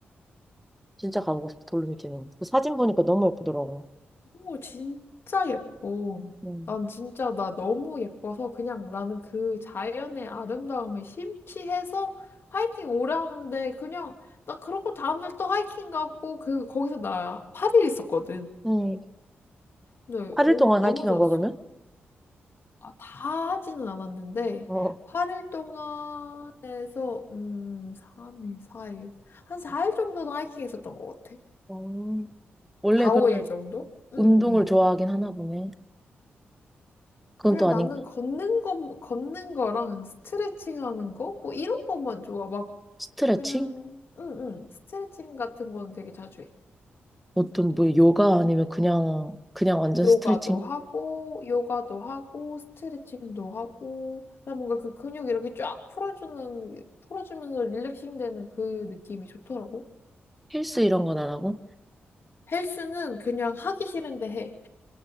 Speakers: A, in the centre; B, on the left (about 60°).
A: 진짜 가보고 싶어, 돌로미티는. 그 사진 보니까 너무 예쁘더라고.
B: 오, 진짜 예뻐.
A: 음,
B: 난 진짜 나 너무 예뻐서 그냥 나는 그 자연의 아름다움에 심취해서 하이킹 오래 하는데 그냥 나 그러고 다음날 또 하이킹 가고 그 거기서 나 8일 있었거든.
A: 응.
B: 근데
A: 8일
B: 오,
A: 동안
B: 너무
A: 하이킹
B: 좋았어.
A: 한 거야, 그러면?
B: 아, 다 하지는 않았는데
A: 어.
B: 8일 동안에서 음, 3일, 4일. 한 4일 정도는 하이킹 했었던 것 같아.
A: 어, 원래
B: 4,
A: 그러면
B: 5일 정도? 응,
A: 운동을
B: 응, 응.
A: 좋아하긴 하나 보네. 그건
B: 그냥
A: 또 아닌가?
B: 나는 걷는 거, 걷는 거랑 스트레칭 하는 거? 뭐 이런 것만 좋아. 막,
A: 스트레칭?
B: 그냥, 응, 응. 스트레칭 같은 거는 되게 자주 해.
A: 어떤 뭐 요가 아니면 그냥 그냥 완전
B: 요가도
A: 스트레칭?
B: 하고, 요가도 하고, 스트레칭도 하고, 그냥 뭔가 그 근육 이렇게 쫙 풀어주는, 풀어주면서 릴렉싱 되는 그 느낌이 좋더라고.
A: 헬스 이런 건 안 하고?
B: 헬스는 그냥 하기 싫은데 해.